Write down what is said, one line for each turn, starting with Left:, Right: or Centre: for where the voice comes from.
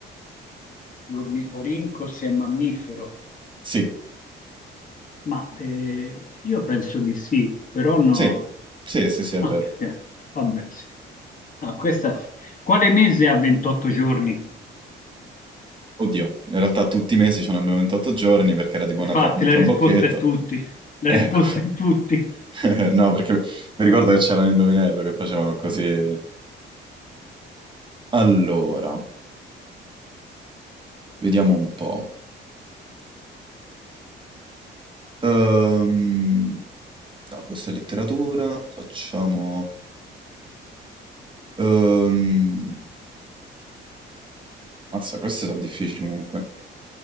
Left: l'ornitorinco se è mammifero.
Right: Sì,
Left: Ma eh, io penso di sì, però no.
Right: sì, sì, sì, sì, è
Left: Ah,
Right: vero.
Left: perché- vabbè, sì. Ah, questa... sì. Quale mese ha 28 giorni?
Right: Oddio, in realtà tutti i mesi c'hanno almeno 28 giorni perché era tipo una
Left: Infatti,
Right: tra- un
Left: la
Right: trabocchetto.
Left: risposta è tutti. La
Right: Ecco.
Left: risposta è tutti.
Right: <laughs> No, perché mi ricordo che c'era un indovinello che facevano così. Allora, vediamo un po'. Ehm, no, questa è letteratura, facciamo... ehm, mazza, queste sono difficili comunque.